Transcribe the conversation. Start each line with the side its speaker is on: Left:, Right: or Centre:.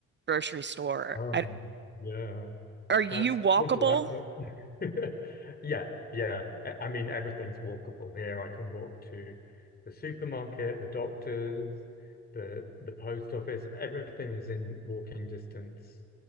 Right: grocery store.
Left: Oh,
Right: I,
Left: yeah,
Right: are you
Left: that's
Right: walkable?
Left: crazy, I think. <laughs> Yeah, yeah. I I mean, everything's walkable here. I can walk to the supermarket, the doctors, the the post office. Everything is in walking distance.